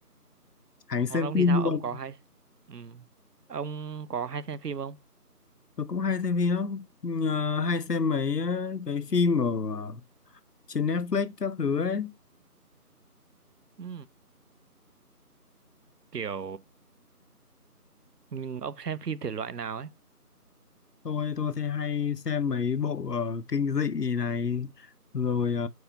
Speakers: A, on the left; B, on the right.
A: Hãy xem
B: còn ông
A: phim
B: thì sao
A: luôn.
B: ông có hay ừ. ông có hay xem phim không
A: Tôi cũng hay xem phim lắm. Ờ, hay xem mấy ờ, cái phim ở ờ, trên Netflix các thứ ấy.
B: ừ. kiểu nhưng ông xem phim thể loại nào ấy
A: Tôi tôi thì hay xem mấy bộ ờ, kinh dị này rồi ờ,